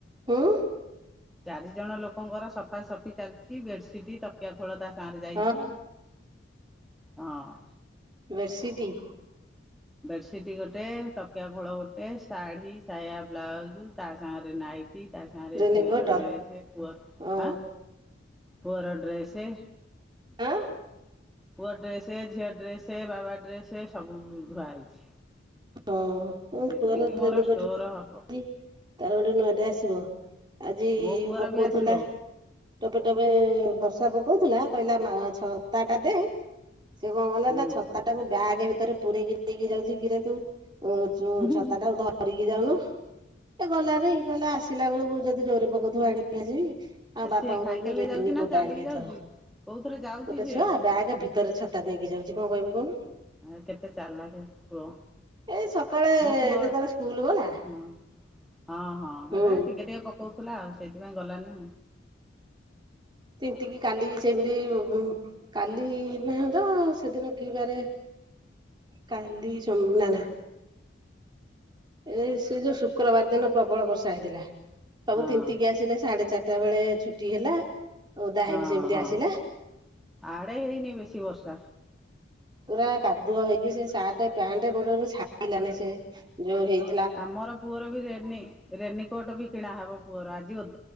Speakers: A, on the right; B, in the centre.
A: ଉୁଁ।
B: ଚାରି ଜଣ ଲୋକଙ୍କର ସଫାସଫି ଚାଲିଛି ବେଡସିଟ ତକିଆ ଖୋଳ ତା ସାଁରେ ଯାଇଛି।
A: ହଁ
B: ହଁ।
A: ବେର୍ସିଟି।
B: ବେଡସିଟ୍ ଗୋଟେ ତକିଆ ଖୋଳ ଗୋଟେ ଶାଢ଼ୀ ସାୟା ବ୍ଲାଉଜ। ତା ସାଙ୍ଗରେ ନାଇତି ତା ସାଙ୍ଗରେ
A: ରେନିକୋଟ
B: ଝିଅର ଡ୍ରେସ ପୁଅ
A: ହଁ
B: ଆଁ ପୁଅର ଡ୍ରେସ
A: ଆଁ
B: ପୁଅ ଡ୍ରେସ ଝିଅଡ୍ରେସ। ସେ ବାବା ଡ୍ରେସ ସବୁ ଧୁଆ ହେଇଛି।
A: ହଁ ମୋ
B: ଯେତିକି
A: ପୁଅର
B: ମୋର
A: ଯେମିତି
B: ଷ୍ଟୋର
A: ଗୋଟେ ଆଣିଚି
B: ହବ
A: ତାର ଗୋଟେ ନୂଆଟେ ଆସିବ। ଆଜି
B: ମୋ ପୁଅର
A: ପକଉଥିଲା।
B: ବି ଆସିବ
A: ଟୋପେ ଟୋପେ ବର୍ଷା ପକଉଥିଲା କହିଲା ମା ଛତା ଟା ଦେ ସେ କଣ କଲା
B: ହୁଁ।
A: ନା ଛତା ଟାକୁ ବ୍ୟାଗ ଭିତରେ ପୁରେଇକି ଦେଇକି ଯାଉଛି କିରେ ତୁ ଯୋଉ
B: ହୁଁ
A: ଛତା ଟାକୁ ଧରିକି ଯାଉନୁ ଏ ଗଲା ନାଇ ଗଲା ଆସ ଥିଲା ବେଳକୁ ଯଦି ଜୋରେ ପକଉଥିବ ଆଣିକି ଆସିବି ଆଉ ବାପାଙ୍କୁ
B: ସିଏ ସାଇକେଲରେ
A: କହିବୁ ରେନି
B: ଯାଉଛି ନା
A: କୋଟା
B: ଚାଲିକି
A: ଆଣିବେ ଏଥର।
B: ଯାଉଛି? କୋଉଥିରେ ଯାଉଛି
A: ଗୋଟେ
B: ସିଏ
A: ଛୁଆ ବ୍ୟାଗ ଭିତରେ ଛତା ନେଇକି ଯାଉଛି କଣ କହିବୁ କହୁନୁ।
B: ଆ କେତେ ଚାଲା କେ ପୂଅ।
A: ଏଇ ସକାଳେ
B: ମୋ ପୁଅ
A: ଯେତେବେଳେ
B: ହଁ
A: ସ୍କୁଲ ଗଲା
B: ହଁ ହଁ
A: ହୁଁ
B: ହେଲେ ଟିକେ ଟିକେ ପ କହୁଥିଲା ସେଇଥିପାଇଁ ଗଲାନି।
A: ତିନ୍ତି କି କାଲି ସେମିତି କାଲି ନା ତ ସେଦିନ କିି ବାରେ କାଲି ସ ନା ନା ଏ ସେ ଯୋଉ ଶୁକ୍ରବାର ଦିନ ପ୍ରବଳ ବର୍ଷା ହେଇଥିଲା। ସବୁ
B: ଆଉ।
A: ତିନ୍ତିକି ଆସିଲେ ସାଢେ ଚାରିଟା ବେଳେ ଛୁଟି ହେଲା। ଓଦା ହେଇକି
B: ହଁ
A: ସେମିତି
B: ହଁ
A: ଆସିଲା
B: ଆଡ଼େ ହେଇନି ବେଶୀ ବର୍ଷା।
A: ପୁରା କାଦୁଅ ହେଇକି ସେ ସାର୍ଟ ପ୍ୟାଣ୍ଟ ଗୋଡରୁ ଛାରିଲାନି ସେ ଯୋଉ ହେଇ
B: ଆମର ପୁଅର ବି ରେନି ରେନିକୋଟ ବି କିଣାହବ ପୁଅର ଆଜି ବୋଧେ।